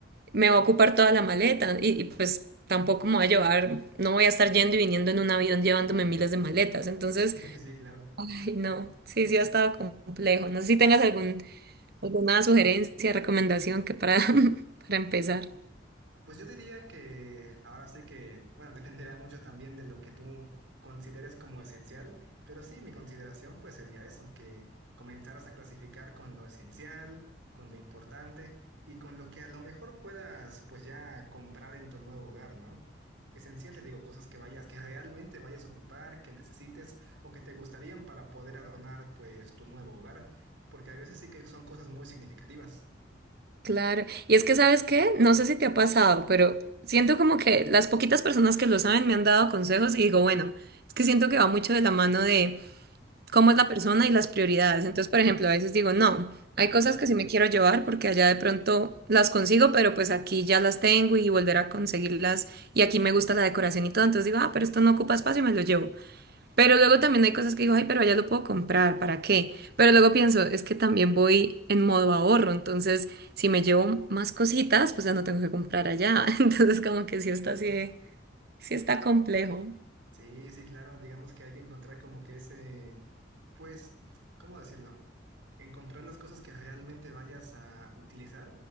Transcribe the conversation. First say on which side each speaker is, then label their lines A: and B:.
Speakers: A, on the right; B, on the right.
A: me va a ocupar toda la maleta y, y, pues tampoco me voy a llevar, no voy a estar yendo y viniendo en un avión llevándome miles de maletas. Entonces,
B: <laughs> Sí, claro.
A: ay, no, sí, sí ha estado complejo. No sé si tengas algún, alguna sugerencia, recomendación que para, <laughs> para empezar.
B: Pues yo diría que ahora sí que, bueno, <laughs> dependerá mucho también de lo que tú consideres como esencial, pero sí, mi consideración pues sería eso, que comenzaras a clasificar con lo esencial, con lo importante y con lo que a lo mejor puedas pues ya comprar en tu nuevo hogar, ¿no? Esencial, te digo, cosas que vayas, que realmente vayas a ocupar, que necesites o que te gustarían para poder adornar pues tu nuevo hogar, porque a veces sí que son cosas muy significativas.
A: Claro, y es que sabes qué, no sé si te ha pasado, pero siento como que las poquitas personas que lo saben me han dado consejos y digo, bueno, es que siento que va mucho de la mano de cómo es la persona y las prioridades. Entonces, por ejemplo, a veces digo, no, hay cosas que sí me quiero llevar porque allá de pronto las consigo, pero pues aquí ya las tengo y volver a conseguirlas y aquí me gusta la decoración y todo. Entonces digo, ah, pero esto no ocupa espacio y me lo llevo. Pero luego también hay cosas que digo, ay, pero allá lo puedo comprar, ¿para qué? Pero luego pienso, es que también voy en modo ahorro, entonces si me llevo más cositas, pues ya no tengo que comprar allá. <laughs> Entonces como que sí está así, de- sí está complejo.
B: Sí, sí, claro, digamos que hay que encontrar como que ese Pues, ¿cómo decirlo? Encontrar las cosas que realmente vayas a utilizar